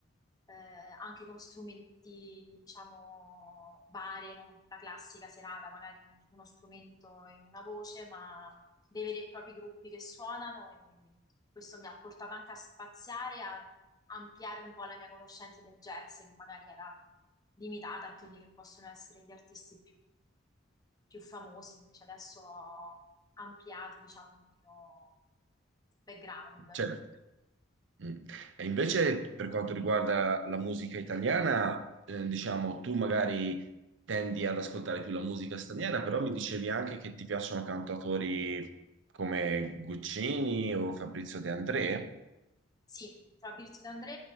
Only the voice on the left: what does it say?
eh, anche con strumenti, diciamo, varie, non la classica serata, magari uno strumento e una voce, ma dei veri e propri gruppi che suonano e questo mi ha portato anche a spaziare, a ampliare un po' la mia conoscenza del jazz, che magari era limitata a quelli che possono essere gli artisti più più famosi, invece adesso ho ampliato, diciamo, il mio background.
Sì, Fabrizio D'André